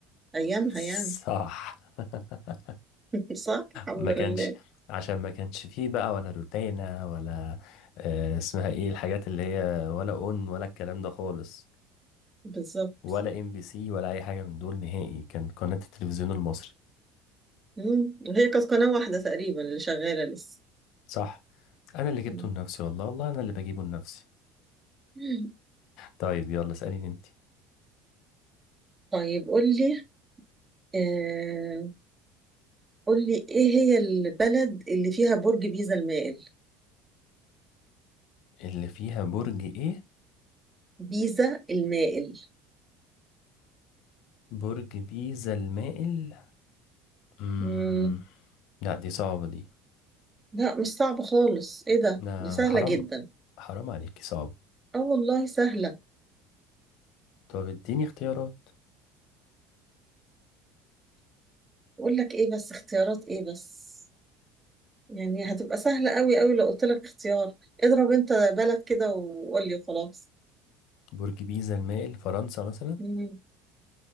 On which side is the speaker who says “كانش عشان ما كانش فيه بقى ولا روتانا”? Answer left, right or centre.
Left